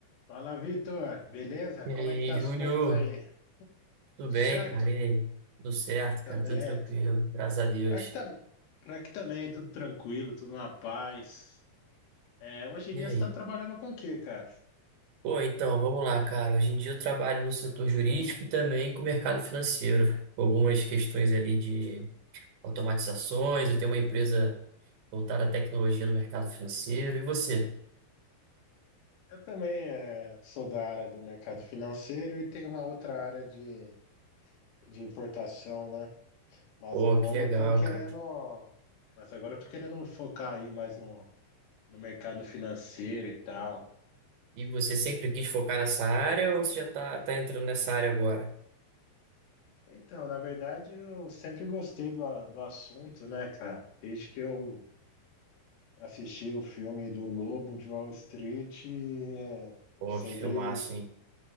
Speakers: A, on the left; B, on the right.
A: Fala, Vitor. Beleza?
B: E
A: Como
B: aí,
A: é que tá as
B: Júnior?
A: coisas aí?
B: Tudo
A: Tudo
B: bem,
A: certo?
B: cara? E aí? Tudo certo,
A: Também.
B: cara? Tudo tranquilo, graças a Deus.
A: Pra que tá... Pra que também, tudo tranquilo, tudo na paz. É, hoje em
B: E
A: dia
B: aí?
A: você está trabalhando com o quê, cara?
B: Pô, então, vamos lá, cara. Hoje em dia eu trabalho no setor jurídico e também com o mercado financeiro, com algumas questões ali de automatizações. Eu tenho uma empresa voltada à tecnologia no mercado financeiro. E você?
A: Eu também é, sou da área do mercado financeiro e tenho uma outra área de, de importação, né? Mas
B: Pô,
A: agora
B: que legal,
A: eu tô querendo.
B: cara.
A: Mas agora eu tô querendo focar aí mais no, no mercado financeiro e tal.
B: E você sempre quis focar nessa área ou você já tá, tá entrando nessa área agora?
A: Então, na verdade, eu sempre gostei do, a- do assunto, né, cara? Desde que eu Assisti o filme do Lobo de Wall Street e é, eu
B: Pô,
A: sempre,
B: que filmaço, hein?